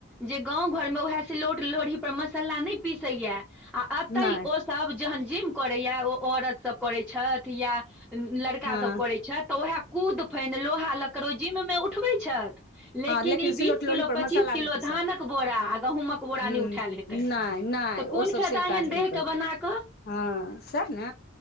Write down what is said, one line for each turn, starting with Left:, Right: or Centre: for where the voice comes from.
Centre: जे गाँव घरमे उएह सिलोट लोढ़ी पर मसाला नहि पीसैया आ अते
Left: नहि
Centre: ओसभ जहन जिम करैया ओ औरत सब करै छथि या लड़का
Left: हँ
Centre: सब करे छथि त उएह कुद फेन लोहा लकड़ो जिम में उठबे छथि लेकिन
Left: हँ
Centre: ई
Left: सिलौट
Centre: बीस
Left: लोढ़ीपर
Centre: किलो पच्चीस
Left: मसाला
Centre: किलो
Left: नहि पीसत
Centre: धानक बोरा आ गहुँमक एक बोरा
Left: हूँ
Centre: ने उठैल हेतइन
Left: नहि नहि
Centre: त कोन
Left: ओ सब
Centre: फायदा
Left: से काज
Centre: एहन
Left: नहि
Centre: देह
Left: करतै
Centre: के बना क
Left: हँ सएह ने